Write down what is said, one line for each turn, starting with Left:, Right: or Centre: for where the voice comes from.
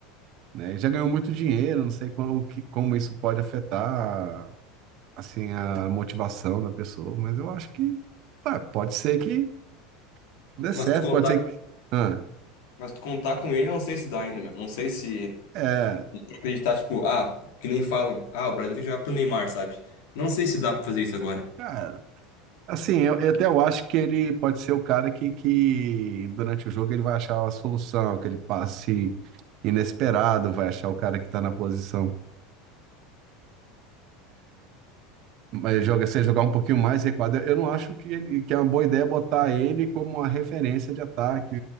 Right: né? Já ganhou muito dinheiro, não sei como, o que- como isso pode afetar, assim, a motivação da pessoa, mas eu acho que vai, pode ser que dê certo,
Left: Mas tu contar
Right: pode ser que... Ah,
Left: Mas tu contar com ele, eu não sei se dá ainda, meu. Não sei se
Right: é,
Left: acreditar, tipo, ah, que nem falam, ah, o Brasil tem que jogar pro Neymar, sabe? Não sei se dá pra fazer isso agora.
Right: cara. Assim, eu, eu até eu acho que ele pode ser o cara que, que durante o jogo ele vai achar a solução, que ele passe inesperado, vai achar o cara que está na posição. Mas joga, se ele jogar um pouquinho mais recuado, eu não acho que, ele, que é uma boa ideia botar ele como uma referência de ataque,